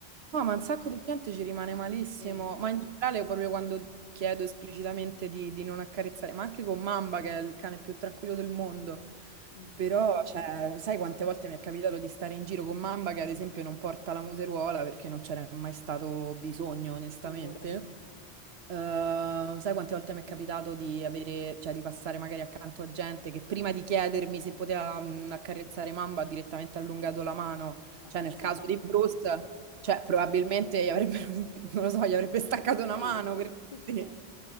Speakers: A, on the right; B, on the left.
A: No,
B: Eh,
A: ma un sacco di gente ci rimane malissimo,
B: sì,
A: ma in generale proprio quando chiedo esplicitamente di, di non accarezzare, ma anche con Mamba che è il cane più tranquillo del mondo,
B: mm,
A: però
B: mm,
A: cioè, sai quante volte mi è capitato di stare in giro con Mamba che ad esempio non porta la museruola perché non c'era mai stato bisogno, onestamente?
B: figurati.
A: Ehm, sai quante volte mi è capitato di avere, cioè di passare magari accanto a gente che prima di chiedermi se poteva mh, accarezzare Mamba ha direttamente allungato la mano,
B: Ma
A: cioè
B: come
A: nel caso
B: si fa?
A: di Bruce, cioè probabilmente gli avrebbe, <laughs> non lo so, gli avrebbe staccato una
B: Sì,
A: mano
B: sta-
A: per
B: sì, sì,
A: dire.